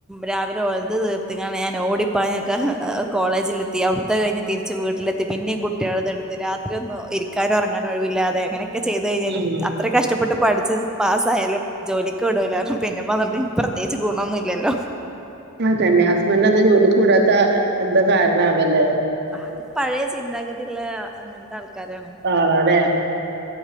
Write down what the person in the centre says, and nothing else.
രാവിലെ ഒലെ ത് തീർത്തിക്കാണ്ട് ഞാൻ ഓടിപ്പാഞ്ഞൊക്കെ കോളേജിലെത്തി അവിടുത്തെ കഴിഞ്ഞ് തിരി ച്ച് വീട്ടിലെത്തി പിന്നിം കുട്ടിളത് എടുത്ത് രാത്രി ഒന്നും ഇരിക്കാനും ഉറങ്ങാനും ഒഴിവില്ലാതെ അങ്ങനെക്കെ ചെ ചെയ്തു കഴിഞ്ഞാലും
അത്ര കഷ്ടപ്പെട്ട് പഠിച്ചത് പാസ്സായാലും ജോലിക്ക് വിടൂല്ലാന്ന് റന്നു പിന്നെ അതുകൊണ്ട് പ്രത്യേകിച്ച് ഗുണമൊന്നുംല്ലല്ലോ
അത് പഴയ ചിന്താഗതിയുള്ള അങ്ങനത്തെ ആൾക്കാരാണ്